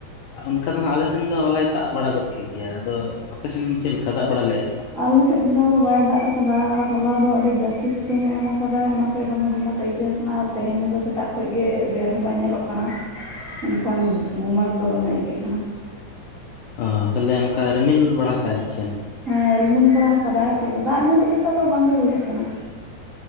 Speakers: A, on the left; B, on the right.
A: ᱚᱱᱠᱟ ᱫᱚ ᱦᱟᱸᱜ ᱟᱞᱮ ᱥᱮ ᱟ ᱥᱮ ᱫᱚ ᱦᱚᱞᱟᱭ ᱫᱟᱜ ᱵᱟᱲᱟ ᱜᱚᱫ ᱠᱮᱫ ᱜᱮᱭᱟ ᱟᱫᱚ ᱟᱯᱮ ᱥᱮᱱ ᱪᱮᱫ ᱞᱮᱠᱟ ᱫᱟᱜ ᱵᱟᱲᱟᱞᱟᱭ
B: ᱟᱞᱮ ᱥᱮᱫ ᱫᱚ ᱵᱟᱭ ᱫᱟᱜ ᱟᱠᱟᱫᱟ ᱟᱨᱚ ᱦᱚᱞᱟ ᱫᱚ ᱟᱹᱰᱤ ᱡᱟᱹᱥᱛᱤ ᱥᱤᱛᱩᱝ ᱮ ᱮᱢ ᱟᱠᱟᱫᱟ ᱚᱱᱟᱛᱮ ᱫᱚᱢᱮ ᱜᱩᱢᱟᱹᱴᱮ ᱟᱹᱭᱠᱟᱹᱣ ᱟᱠᱟᱱᱟ ᱟᱨ ᱛᱮᱦᱮᱧ ᱫᱚ ᱥᱮᱛᱟᱜ ᱠᱷᱚᱱ ᱜᱮ ᱵᱮᱨ ᱦᱚᱸ ᱵᱟᱭ ᱧᱮᱞᱚᱜ ᱠᱟᱱᱟ ᱮᱱᱠᱷᱟᱱ ᱜᱩᱢᱟᱹᱴ ᱫᱚ ᱫᱚᱢᱮ ᱟᱹᱭᱠᱟᱹᱜ
A: ᱚ ᱛᱟᱦᱚᱞᱮ ᱚᱱᱠᱟ ᱨᱤᱢᱤᱞ ᱵᱟᱲᱟ ᱠᱟᱜ ᱥᱮ ᱪᱮᱫ
B: ᱦᱮᱸ ᱨᱤᱢᱤᱞ ᱵᱟᱲᱟ ᱠᱟᱫᱟᱭ ᱛᱚᱵᱮ ᱫᱟᱜ ᱧᱩᱨᱩᱜ ᱞᱮᱠᱟ ᱵᱟᱝᱜᱮ ᱵᱩᱡᱷᱟᱹᱜ ᱠᱟᱱᱟ